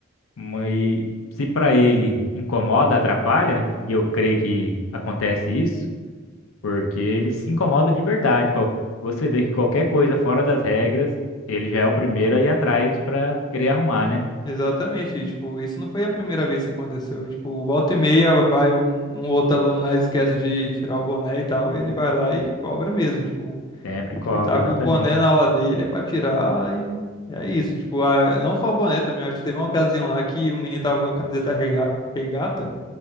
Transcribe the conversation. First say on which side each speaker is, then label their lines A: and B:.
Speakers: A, on the left; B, on the left.
A: Mas se para ele incomoda, atrapalha, e eu creio que acontece isso, porque ele se incomoda de verdade. Qual- Você vê que qualquer coisa fora das regras, ele já é o primeiro a ir atrás para querer arrumar, né?
B: Exatamente, e, tipo, isso não foi a primeira vez que aconteceu. Tipo, volta e meia vai um, um outro aluno lá e esquece de tirar o boné e tal, ele vai lá e cobra mesmo, tipo.
A: Sempre cobra,
B: que tá
A: exatamente.
B: com o boné na aula dele é pra tirar e é isso. Tipo, a- não só o boné também, eu acho que teve uma ocasião lá que o menino tava com a camiseta rega- regata,